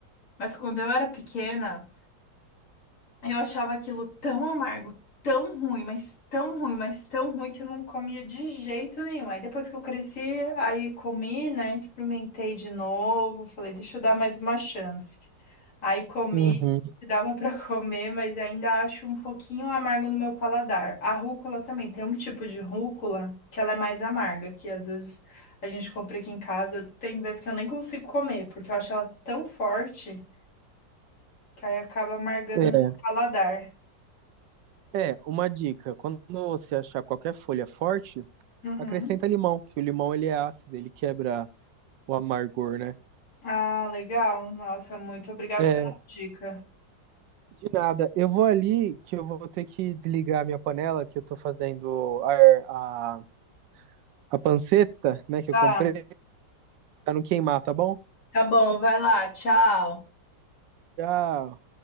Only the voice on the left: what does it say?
Mas quando eu era pequena, eu achava aquilo tão amargo, tão ruim, mas tão ruim, mas tão ruim que eu não comia de jeito nenhum. Aí depois que eu cresci, aí comi, né? Experimentei de novo, falei, deixa eu dar mais uma chance. Aí comi,
<laughs> dava pra comer, mas ainda acho um pouquinho amargo no meu paladar. A rúcula também, tem um tipo de rúcula que ela é mais amarga, que às vezes a gente compra aqui em casa, tem vezes que eu nem consigo comer, porque eu acho ela tão forte que aí acaba amargando
no paladar.
Uhum.
Ah, legal. Nossa, muito obrigada
pela dica.
Tá,
tá bom, vai lá, tchau.